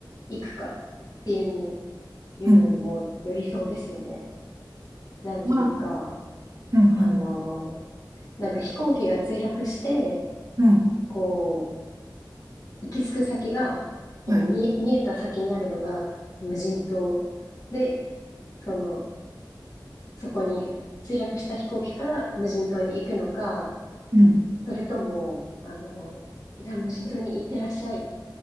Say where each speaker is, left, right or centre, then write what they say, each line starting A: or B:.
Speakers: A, on the left; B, on the right.
A: 行くかっていうのに、いうのにもよりそうですよね。
B: うん。
A: なんというか、
B: まあうん、
A: あの、なんか飛行機が墜落して、
B: うん、うん。
A: こう、行き着く先が、その見、
B: はい。
A: 見えた先にあるのが無人島で、その、そこに墜落した飛行機から無人島に行くのか、
B: うん。
A: それとも、あの、じゃあ無人島に行ってらっしゃい。